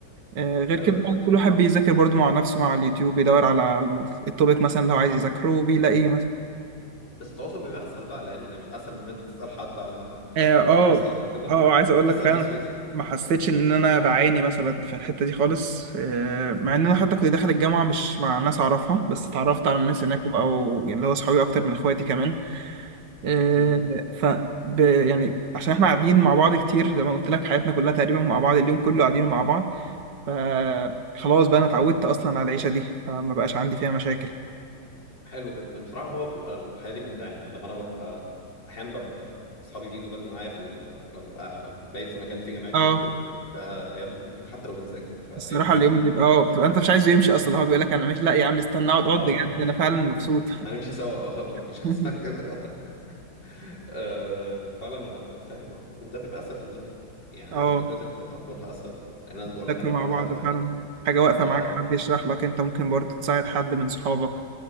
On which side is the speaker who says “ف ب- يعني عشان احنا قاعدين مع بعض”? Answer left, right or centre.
Right